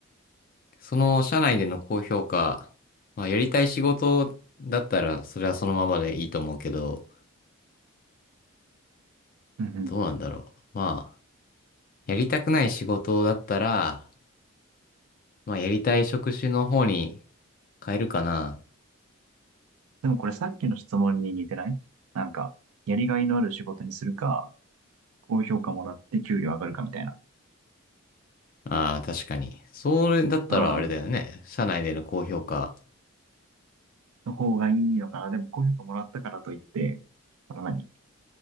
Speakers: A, on the left; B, on the right.
A: その社内での高評価、まあやりたい仕事だったら、それはそのままでいいと思うけど、
B: うんうん。
A: どうなんだろう。まあ、やりたくない仕事だったら、まあ、やりたい職種の方に変えるかな。
B: でもこれさっきの質問に似てないなんか、やりがいのある仕事にするか、高評価もらって給料上がるかみたいな。
A: ああ、確かに。それだったらあれだよね。
B: うん。
A: 社内での高評価。
B: の方がいいのかな。でも高評価もらったからといって、その何